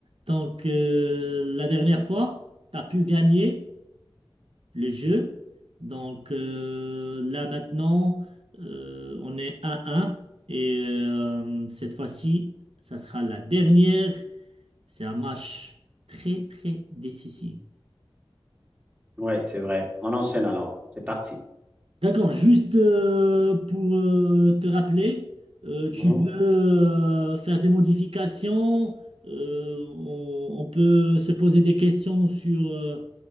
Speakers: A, on the right (about 80°); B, on the right (about 15°).
A: Donc, euh, la dernière fois, t'as pu gagner le jeu. Donc, euh, là maintenant, euh, on est 1 un Et euh, cette fois-ci, ça sera la dernière. C'est un match très, très décisif.
B: Ouais, c'est vrai. On enchaîne alors. C'est parti.
A: D'accord, juste euh, pour euh, te rappeler, euh, tu
B: Mhm.
A: veux euh, faire des modifications, euh, on, on peut se poser des questions sur, euh,